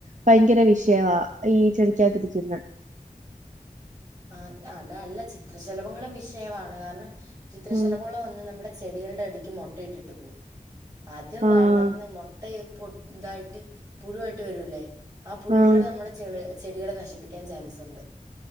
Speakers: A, on the right (about 60°); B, on the right (about 25°).
A: ഭയങ്കര വിഷയവാ ഈ ചെടിക്കകത്ത് ഇരിക്ക്ന്നെ
B: അഹ് അതല്ല ചിത്രശലഭങ്ങളും വിഷയ വാണ് കാരണം ചിത്രശലഭങ്ങളും
A: ഉം
B: വന്ന് നമ്മുടെ ചെടികൾടെ അടിക്ക് മുട്ട ഇട്ടിട്ട് പൂവും അത് വളർന്ന്
A: ആഹ്
B: മുട്ടയെ പൊ ഇതായിട്ട് പുഴുവായിട്ട് വരൂല്ലേ ആ പുഴുക്കൾ
A: ആഹ്
B: നമ്മുടെ ചെ ചെടികളെ നശിപ്പിക്കാൻ ചാൻസ്ണ്ട്